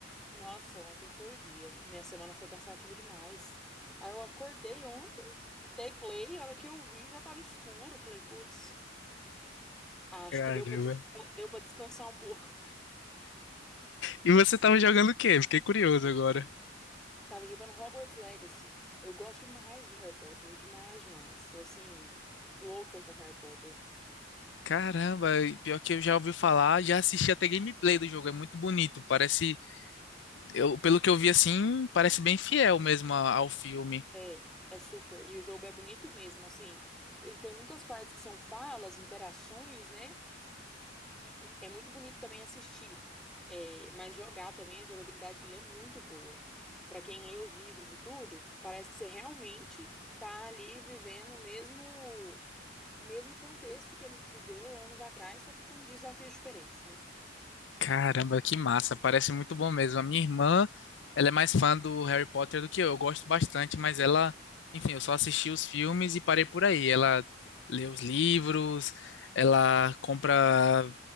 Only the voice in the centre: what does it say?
Nossa, ontem foi o dia. Minha semana foi cansativa demais. Aí eu acordei ontem, dei play, a hora que eu vi já tava escuro. Falei, putz, acho
que deu pra, des- deu pra descansar um pouco.
Tava jogando Hogwarts Legacy. Eu gosto demais de Harry Potter, demais, demais. Sou assim, louca com Harry Potter.
É, é super. E o jogo é bonito mesmo, assim. Ele tem muitas partes que são falas, interações, né? É muito bonito também assistir. É, mas jogar também, a jogabilidade dele é muito boa. Pra quem lê os livros e tudo, parece que você realmente tá ali vivendo o mesmo, o mesmo contexto que ele viveu anos atrás, só que com desafios diferentes, né?